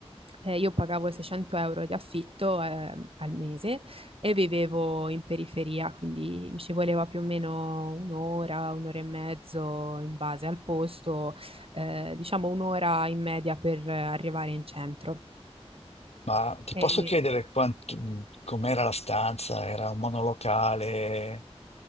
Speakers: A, on the right (about 60°); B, on the left (about 75°).
A: eh, io pagavo 600 euro di affitto eh, al mese e vivevo in periferia, quindi mi ci voleva più o meno un'ora, un'ora e mezzo in base al posto, eh, diciamo un'ora in media per eh, arrivare in centro.
B: Ma ti posso
A: E-
B: chiedere quant- com'era la stanza? Era un monolocale?